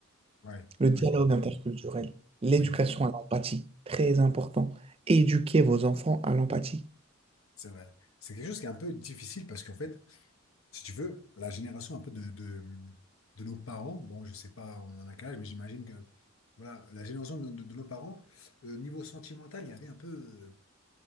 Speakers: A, on the left; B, on the right.
A: ouais, ouais,
B: Le dialogue
A: clairement.
B: interculturel, l'éducation
A: Oui, oui,
B: à l'empathie, très important. Éduquer vos enfants à l'empathie.
A: c'est vrai. C'est quelque chose qui est un peu difficile parce qu'en fait, si tu veux, la génération un peu de, de, de nos parents, bon, je sais pas, on en a quel âge, mais j'imagine que voilà, la génération de, de- de nos parents, euh, niveau sentimental, il y avait un peu, euh,